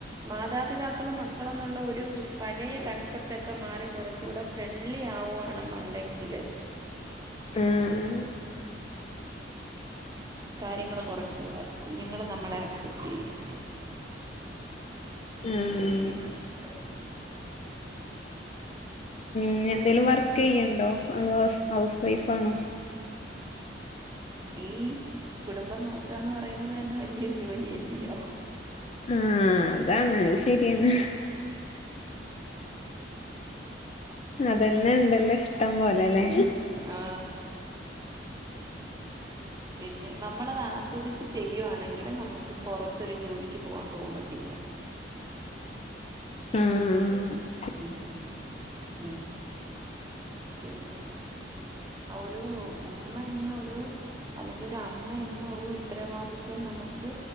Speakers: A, on the right; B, on the left.
A: മാതാപിതാക്കളും മക്കളെന്നുള്ള ഒരു പഴയ കൺസെപ്റ്റൊക്കെ മാറി കുറച്ചൂടെ ഫ്രണ്ട്ലി ആവുവാണെന്നുണ്ടെങ്കില്
B: ഉം
A: കാര്യങ്ങള് കുറച്ചൂടെ കുഞ്ഞുങ്ങള് നമ്മളെ ആക്സെപ്റ്റ് ചെയ്യും.
B: ഉം
A: ആഹ്
B: ഇനി എന്തേലും വർക്ക് ചെയ്യണ്ടോ അതോ ഹൗസ് ഹൗസ് വൈഫാണോ?
A: ഈ കുടുംബം നോക്കുകാന്ന് പറയുന്നത് തന്നെ വല്ല്യൊരു ജോലിയല്ലിയോ?
B: ആഹ് അതാണ് അത് ശരിയാണ് അതന്നെ ഇണ്ടല്ലോ ഇഷ്ടം പോലെ ല്ലേ
A: ആ, പിന്നെ നമ്മളത് ആസ്വദിച്ച് ചെയ്യുവാണെങ്കില് നമക്ക് പൊറത്തൊരു ജോലിക്ക് പോവാൻ തോന്നത്തില്ല.
B: ആ ആ
A: ഉം ഉം ഉം പിന്നെ ഒരു ഉമ്മ എന്ന ഒരു അല്ലെങ്കിൽ ഒരു അമ്മ എന്ന ഒരു ഉത്തരവാദിത്വം നമക്ക്